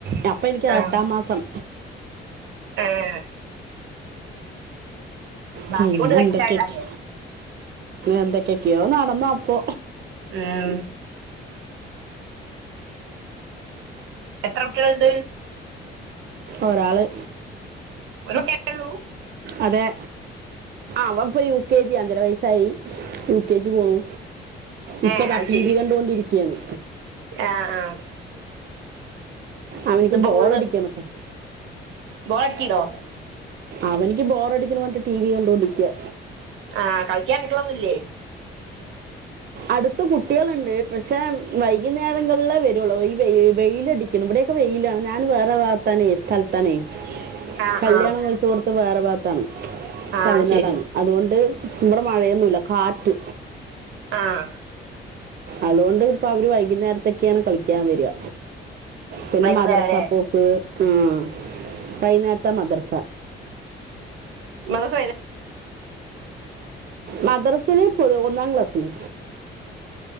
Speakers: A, on the right (about 55°); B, on the right (about 80°).
A: ഞമ് ഇപ്പം എനിക്ക്
B: ആഹ്
A: എട്ടാംമാസം
B: ഏഹ് ഭാഗ്യം
A: പിന്നെ
B: കൊണ്ട് കഴിച്ചിലായതാല്ലേ
A: എന്തൊക്കെ ആക്കി എന്തൊക്കെ ക്കെയോ നടന്നപ്പോ
B: ആഹ് മക്കളുണ്ട്?
A: ഒരാള്
B: ഒരു കുട്ടിയേ ഉള്ളൂ
A: അതെ അവൻ ഇപ്പ യു കെ ജി അഞ്ചര വയസായി യു കെജി പോണു ഇപ്പൊതാ
B: ഏഹ് അത്
A: ടി
B: ശരി
A: വി കണ്ടുകൊണ്ടിരിക്കയാണ്
B: ആഹ് ആഹ്
A: അവനിക്ക്
B: ഇന്നിപ്പോ
A: ബോറടിക്ക്നോക്കെ
B: ഫുള്ള് ബോറടിക്കീണോ
A: അവനിക്ക് ബോറടിക്ക്നോണ്ട് ടി വി കണ്ടോണ്ടിക്യാ
B: ആഹ് കൈ റ്റായിട്ട് ഒന്നുല്ലേ
A: അടുത്ത് കുട്ടികളുണ്ട് പക്ഷെ വൈയ്കിന്നേരങ്ങളിലേ വരുള്ളൂ ഈ വെ വെയിലടിക്കും ഇവിടെയൊഒക്കെ വെയിലാണ് ഞാൻ വേറെ ഭാഗത്താനേ സ്ഥലത്തനേ
B: ആഹ്
A: കല്യാണം
B: ആഹ്
A: കഴിച്ച് കൊടുത്ത് വേറെ ഭാഗ താണ്
B: ആഹ്
A: തമിഴ്നാടാണ്
B: ശരി
A: അതുകൊണ്ട് ഇവിടെ മഴയൊന്നുല്ല കാറ്റ്
B: ആഹ്
A: അതുകൊണ്ട് ഇപ്പൊ അവര് വൈകുന്നേരത്തൊക്കെയാണ് കളിക്കാ വരിക പിന്നെ
B: വൈകുന്നേരല്ലേ
A: മദറസാ പോക്ക് ഉം വൈുന്നേരത്ത മദർസ
B: മദ്രസഒഴിവ്
A: മദ്റസില് പ് ഒന്നാം ക്ലാസില്